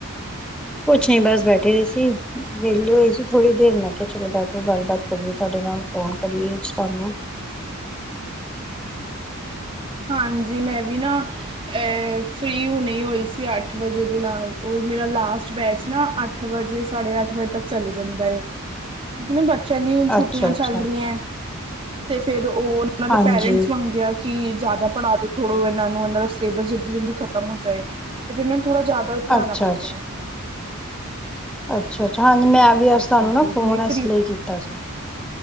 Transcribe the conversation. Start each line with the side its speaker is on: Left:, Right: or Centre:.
Centre: ਕੁਛ ਨੀ ਬਸ ਬੈਠੇ ਹੋਏ ਸੀ ਵਿਹਲੇ ਹੋਏ ਸੀ ਥੋੜੀ ਦੇਰ ਮੈਂ ਕਿਹਾ ਚਲੋ ਬੈਠੋ ਗੱਲਬਾਤ ਕਰੀਏ ਤੁਹਾਡੇ ਨਾਲ ਫ਼ੋਨ ਕਰੀਏ ਅੱਜ ਤਾਨੂੰ।
Right: ਹਾਂਜੀ ਮੈਂ ਵੀ ਨਾ ਐ ਫ੍ਰਰੀ ਹੁਣੀ ਹੋਈ ਸੀ ਅੱਠ ਵਜੇ ਦੇ ਨਾਲ ਉਹ ਮੇਰਾ ਲਾਸਟ ਬੈਚ ਨਾ ਅੱਠ ਅੱਠ ਵਜੇ ਸਾਡੇ ਅੱਠ ਵਜੇ ਤੱਕ ਚਲੇ ਜਾਂਦਾ ਏ।
Centre: <inaudible>
Right: ਕਿਉਂਕਿ ਨਾ ਬੱਚਿਆਂ ਦੀ ਹੁਣ ਛੁੱਟੀਆਂ
Centre: ਅੱਛਾ
Right: ਚੱਲ
Centre: ਅੱਛਾ
Right: ਰਹੀਆਂ ਤੇ ਫੇਰ ਉਹ ਨਾਂ ਦੇ
Centre: ਹਾਂਜੀ
Right: ਪੇਰੈਂਟਸ ਮੰਗਦੇ ਆ ਕਿ ਜ ਦਾ ਪੜ੍ਹਾ ਦੋ ਥੋੜੋ ਇਹਨਾ ਨੂੰ, ਇਹਨਾਂ ਦਾ ਸਿਲੇਬਸ ਜਲਦੀ ਜਲਦੀ ਖਤਮ ਹੋ ਜਾਏ ਫੇਰ ਮੈਂ ਥੋੜਾ ਜ਼ਿਆਦਾ ਪੜ੍ਹਾਆਣਾ
Centre: ਅੱਛਾ
Right: ਪੈਂਦਾ ਏ।
Centre: ਅੱਛਾ-ਅੱਛਾ, ਹਾਂਜੀ, ਮੈਂ ਵੀ ਅੱਜ ਤੁਹਾਨੂੰ
Right: ਹਾਂਜੀ
Centre: ਨਾ ਫੋਨ
Right: ਹੁਣੇ ਫ੍ਰੀ
Centre: ਇਸ ਲਈ ਕੀਤਾ ਸੀ।